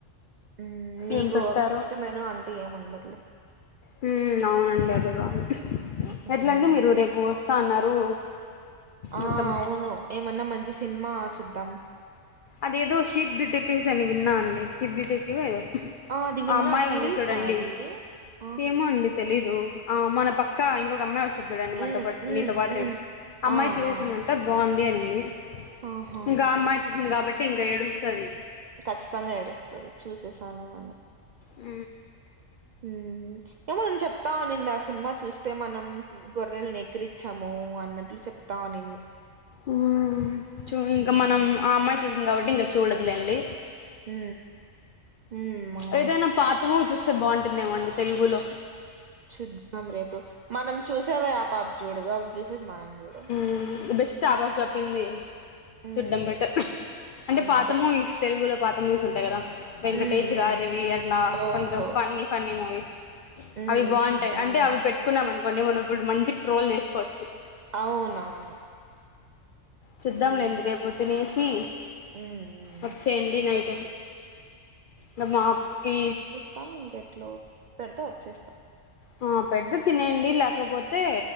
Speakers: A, on the right; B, on the left.
A: ఉ మీకు
B: ఏం పెట్టారో
A: ఒక ఫిక్స్డ్ మెను అంటూ ఏముండదులే
B: హు అవునండి అదే బాగు
A: మ్మ్
B: ఎట్లండి మీరు రేపొస్త అన్నారు
A: ఆ
B: మొత్తం
A: అవును ఏమన్న మంచి సినిమా చుద్దాం
B: అదేదో షిప్ డిటెక్టివ్స్ అని విన్నా అండి షిప్ డిటెక్టివో ఏదో
A: అది విన్నా
B: ఆ అమ్మాయి
A: సిరీస్
B: ఉంది చూడండి
A: ఆ అది ఆ
B: ఏమో అండి తెలీదు ఆ మన పక్కా ఇంగో అమ్మాయి చూడండి మనతో
A: మ్మ్
B: పాటు
A: మ్మ్
B: మీతో పాటు
A: మ్మ్
B: రేపు అమ్మాయి
A: ఆ
B: చూసేసిందంట
A: ఆ
B: బాగుంది అనింది
A: ఆహా
B: ఇంకా ఆ అమ్మాయి చూసింది కాబట్టి ఇంక ఏడుస్తాది
A: ఖచ్చితంగా ఏడుస్తది చూసేసాను అని
B: ఉ
A: ఉ <unintelligible> చెప్తా ఉన్నింది ఆ సినిమా చూస్తే మనం గొర్రెల్ని ఎక్కిరిచ్చము అన్నట్లు చెప్తావునింది
B: ఉ చూ ఇంగ
A: హ్మ్.
B: మనం ఆ అమ్మాయి చూసింది కాబట్టి ఇంగ చూడొద్దులేండి
A: హు హు అవును
B: ఏదైనా పాత మూవీ చూస్తే బాగుంటుందేమోనండి తెలుగులో
A: చూద్దాం రేపు మనం చూసేవే ఆ పాప జూడదు ఆమె చూసేది మనం జూ
B: ఉ బెస్ట్ ఆ పాప చెప్పింది
A: హ్మ్.
B: చూడ్డం బెటర్ అంటే
A: అంతే.
B: పాత మూవీస్ తెలుగులో పాత మూవీసుంటై గదా వెంకటేష్
A: హ్మ్. హ్మ్.
B: గారివి అట్లా
A: ఓహో!
B: కొంచెం ఫన్నీ ఫన్నీ మూవీస్
A: హ్మ్.
B: అవి బాగుంటై
A: చూద్దాం
B: అంటే
A: మనం.
B: అవి పెట్టుకున్నామనుకోండి మనం అప్పుడు మంచి ట్రోల్ చేస్కోవచ్చు
A: అవునవును
B: చూద్దాంలేండి
A: హ్మ్.
B: రేపు తినేసి
A: హ్మ్. హ్మ్.
B: వచ్చేయండి నైట్ నా మాప్టీ
A: తాం ఇంకెట్లో పెడితే ఒచ్చేస్త
B: హా పెడ్తే తినేయండి లేకపోతే